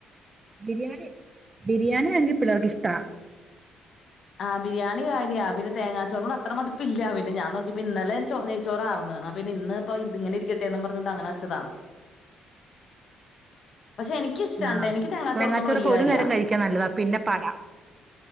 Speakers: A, on the right; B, on the left.
A: ബിരിയാണി ബിരിയാണി ആണെങ്കിൽ പിള്ളേർക്ക് ഇഷ്ടാ
B: ആഹ് ബിരിയാണി കാര്യവാ പി തേങ്ങാച്ചോറിന്റെ
A: ബിരി
B: അത്ര മതിപ്പില്ല അവ ഞാൻ നോക്കിയപ്പം ഇന്നലെ ചോറ്‌ നൈ ചോറാരുന്ന് അന്നാ
A: ഉം
B: പിന്നെ ഇന്ന് ഇപ്പം ഇങ്ങനെ പേന്നും <unintelligible> പറഞ്ഞോണ്ട് അങ്ങനെ വെച്ചതാ പക്ഷെ എനിക്കിഷ്ടാണ്‌ട്ടോ
A: ആഹ
B: എനിക്ക് തേങ്ങാച്ചോറ്ന്നറഞ്ഞ
A: തേങ്ങാചോറൊക്കെ
B: വല്യ കാര്യാ
A: ഒരു നേരം കഴിക്കാൻ നല്ലതാ പിന്നെ പാടാ.